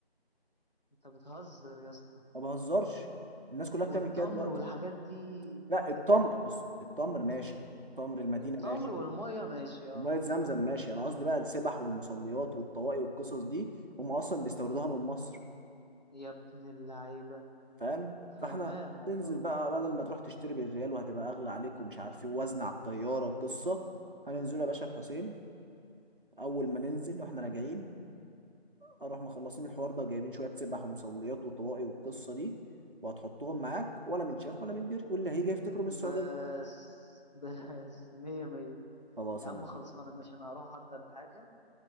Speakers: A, on the left; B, on the right.
A: أنت بتهزر يا اسطى
B: ما بهزرش الناس كلها بتعمل
A: والتمر
B: كده دلوقتي
A: والحاجات دي
B: لا التمر بص التمر ماشي تمر المدينة
A: التمر
B: ماشي
A: والمية ماشي اه
B: ومية زمزم ماشي انا قصدي بقى السبح والمصليات والطواقي والقصص دي هم اصلا بيستوردوها من مصر
A: يا ابن اللعيبة
B: فاهم
A: فهمان
B: فاحنا
A: والله
B: تنزل بقى بدل ما تروح تشتري بالريال وهتبقى اغلى عليك ومش عارف ايه وزن على الطيارة وقصة هننزله يا باشا الحسين اول ما ننزل واحنا راجعين اروح مخلصين الحوار ده جايبين شوية سبح ومصليات وطواقي والقصة دي وهتحطهم معاك ولا من شاف ولا من دري واللي هيجي يفتكره
A: بس
B: من السعودية
A: بس مية مية
B: خلاص
A: يا عم
B: يا معلم
A: خلصانة ماشي أنا هروح أحضر الحاجة